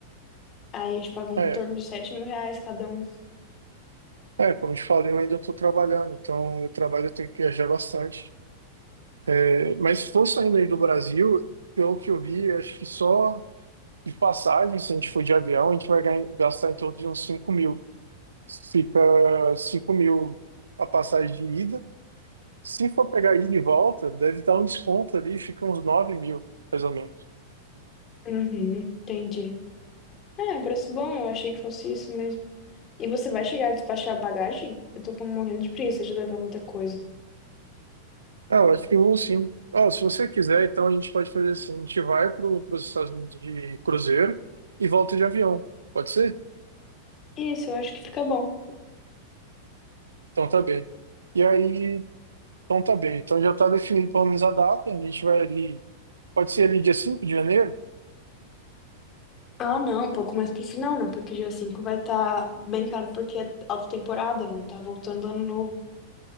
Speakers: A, on the left; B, on the right.
A: Aí a gente pagou
B: é
A: em torno de sete mil reais cada um.
B: É, como eu te falei, eu ainda estou trabalhando, então meu trabalho eu tenho que viajar bastante. É, Mas se for saindo aí do Brasil, pelo que eu vi, acho que só de passagem, se a gente for de avião, a gente vai ganhar- gastar em torno de uns cinco mil. Fica cinco mil a passagem de ida. Se for pegar ida e volta, deve dar um desconto ali, fica uns nove mil, mais ou menos.
A: Uhum, entendi. É, preço bom, eu achei que fosse isso mesmo. E você vai chegar a despachar a bagagem? Eu tô com- morrendo de preguiça de levar muita coisa.
B: Ah, eu acho que eu vou sim. Ó, se você quiser, então a gente pode fazer assim, a gente vai para os Estados Unidos de cruzeiro e volta de avião. Pode ser?
A: Isso, eu acho que fica bom.
B: Então tá bem. E aí, então tá bem. Então já tá definido pelo menos a data. A gente vai ali. Pode ser ali dia 5 de janeiro?
A: Ah, não, um pouco mais pro final, né? Porque dia 5 vai estar bem caro porque é alta temporada, vão estar voltando do ano novo.